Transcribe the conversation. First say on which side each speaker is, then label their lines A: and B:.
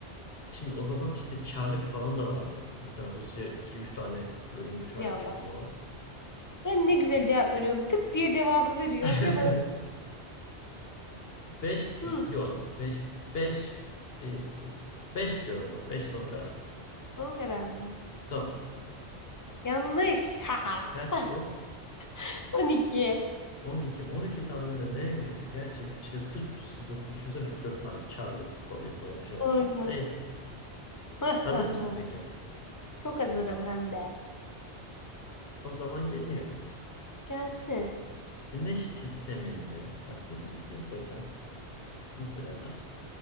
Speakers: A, on the left; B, on the left.
A: şimdi o zaman işte Çarlık falan da vardır. Muhtemelen Rusya iki üç tane bölünmüş haldeydi
B: Ya bak.
A: o zaman.
B: Ben ne güzel cevap veriyorum. Tık diye cevabı veriyorum.
A: <laughs>
B: Ya bana sor.
A: 5
B: Hı,
A: yok 5 5 değildir. 5 diyorum lan. 5 son karar.
B: son karar mı?
A: Son.
B: Yanlış. Haha.
A: Kaçtı?
B: <laughs> 12.
A: 12, 12 tane de ne ülkesi? Gerçi işte sırf Rusya'dası düşünsene üç dört tane Çarlık, Sovyet, Sovyet bir şeyler
B: Oyna.
A: var. Neyse.
B: <laughs>
A: Hazır mısın peki?
B: Çok hazırım hem de.
A: O zaman geliyor.
B: Gelsin.
A: Güneş sisteminde, bak bu nispeten, nispeten daha iyi.